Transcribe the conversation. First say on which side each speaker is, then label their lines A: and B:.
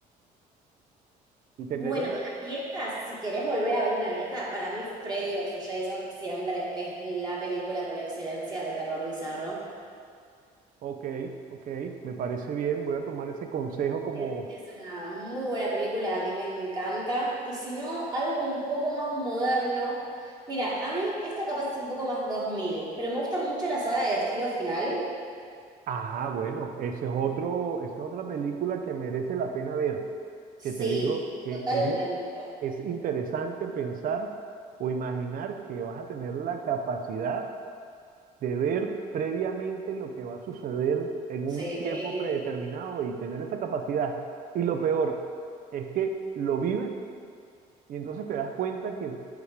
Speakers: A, on the right; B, on the right.
A: y tener
B: Bueno,
A: una,
B: de las viejas, si querés volver a ver una vieja, para mí Freddy versus Jason siempre es la película por excelencia de terror bizarro.
A: ok, ok, me parece bien, voy a tomar ese consejo como
B: Es, es una muy buena película, a mí me encanta. Y si no, algo un poco más moderno. Mira, a mí esto capaz es un poco más dos mil pero me gusta mucho la saga de Destino Final.
A: Ah, bueno, ese es otro, esa es otra película que merece la pena ver,
B: Sí,
A: que te digo que,
B: totalmente.
A: que es, es interesante pensar o imaginar que vas a tener la capacidad de ver previamente lo que va a suceder en un
B: Sí,
A: tiempo predeterminado y tener esa capacidad. Y lo peor es que lo vives y entonces te das cuenta que